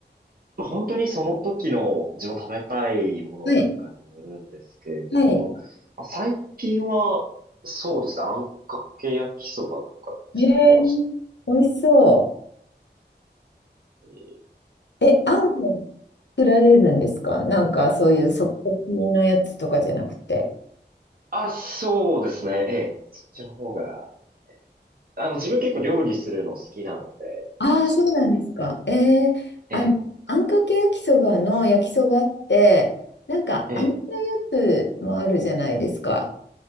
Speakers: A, on the right (about 55°); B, on the left (about 75°).
A: まあ、本当にその時の自分食べたいものとかによるんですけれども、
B: はい。はい。
A: まあ、最近はそうですね。あんかけ焼きそばとか作りましたね。
B: えー、美味しそ
A: えー
B: う。え、
A: なんか、
B: あんを作られるんですかなんかそういう即席のやつとかじゃなくて。
A: あ、そうですね。ええ、そっちの方が、あの、自分結構料理するの好きなので、
B: ああ、
A: 昔から。
B: そうなんですか。えー、
A: ええ、
B: あ、あんかけ焼きそばの焼きそばって、なんか揚げたやつもあるじゃないですか。
A: ええ、